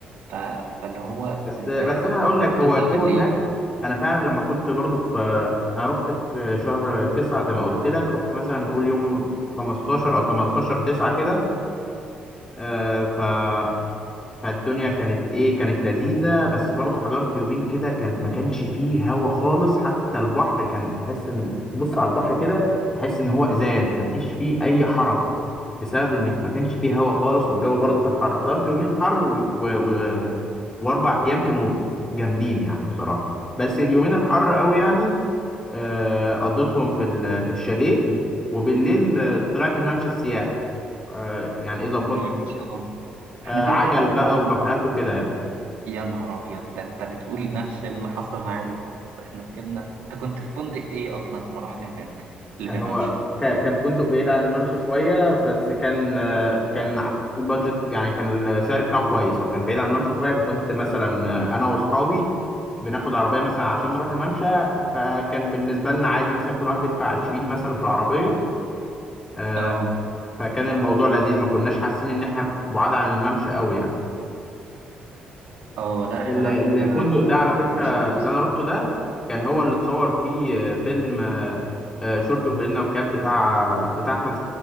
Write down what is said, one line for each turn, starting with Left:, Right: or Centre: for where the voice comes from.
Right: ف- فاللي هو
Left: بس
Right: انت
Left: بس
Right: يا دوب
Left: انا
Right: كنت
Left: هقول لك
Right: بتطلع
Left: هو الجو
Right: بالليل
Left: هناك انا فعلا لما كنت برضو في انا رحت في شهر تسعة زي ما قلت لك رحت مثلا نقول يوم 15 او 18 تسعة كده آه، فالدنيا كانت ايه كانت لذيذة بس برضه حضرت يومين كده كان ما كانش فيه هوا خالص حتى البحر كان تحس ان تبص على البحر كده تحس ان هو ازاز ما فيش فيه اي حركة بسبب ان ما كانش فيه هوا خالص والجو برضه كان حر حضرت يومين حر و... و... و... واربع ايام كانوا جامدين يعني بصراحة بس اليومين الحر قوي يعني آه قضيتهم في ال... في الشاليه وبالليل آه، طلعت الممشى السياحي آه يعني ايه ظبطت
Right: ماشي اه احنا
Left: آه
Right: كده
Left: عجل
Right: كده كنا
Left: بقى
Right: آه،
Left: وكافيهات وكده يعني
Right: يا نهار ابيض ده انت بتقول نفس اللي حصل معايا بالظبط احنا ركبنا انت كنت في فندق ايه اصلا لما رحت هناك اللي
Left: هو
Right: في الممشى
Left: ك- كان فندق بعيد عن الممشى شوية بس كان آه، كان ع- البادجت يعني كان السعر بتاعه كويس هو كان بعيد عن الممشى شوية فكنت مثلا آه، أنا وأصحابي بناخد عربية مثلا عشان نروح الممشى فكان بالنسبة لنا عادي مثلا كل واحد بيدفع 20 مثلا في العربية آه،
Right: اه
Left: فكان الموضوع لذيذ ما كناش حاسين إن إحنا بعاد عن الممشى أوي يعني
Right: اه لا احنا
Left: ال-
Right: بقى كنا
Left: الفندق ده
Right: في
Left: على فكرة
Right: الممشى نفسه
Left: اللي أنا روحته ده كان هو اللي اتصور فيه آه، فيلم آه، آه، شورت وفانلة وكاب بتاع بتاع أحمد